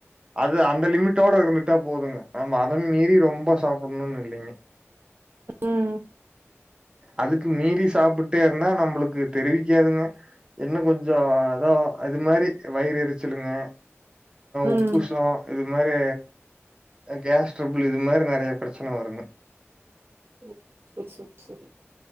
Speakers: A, on the right; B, on the right.
A: அது அந்த லிமிட்டோட இருந்துட்டா போதுங்க நம்ம அதை மீறி ரொம்ப சாப்பிடணும்னு இல்லைங்க
B: உஹம்
A: அதுக்கு மீறி சாப்பிட்டே இருந்தா நம்மளுக்கு தெரிவிக்காதுங்க என்னனும் கொஞ்சம் அதோ அது மாதிரி வயிறு எரிச்சலுங்க
B: ம்
A: உப்பு சுவம் இது இ மாதிரி கேஸ் டிரபிள் இது மாதிரி நிறைய பிரச்சனை வருங்க
B: ஓ சரி சரி சரி